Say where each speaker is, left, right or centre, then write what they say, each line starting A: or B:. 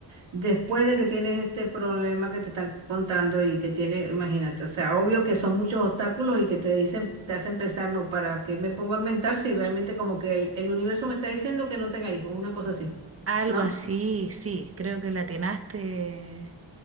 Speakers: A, on the right; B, on the right.
A: Después de que tienes este problema que te están contando y que tiene, imagínate, o sea, obvio que son muchos obstáculos y que te dicen, te hacen pensar, no, ¿para qué me pongo a inventar si realmente como que el, el universo me está diciendo que no tenga hijos, una cosa así,
B: Algo
A: ¿no?
B: así, sí, creo que la atinaste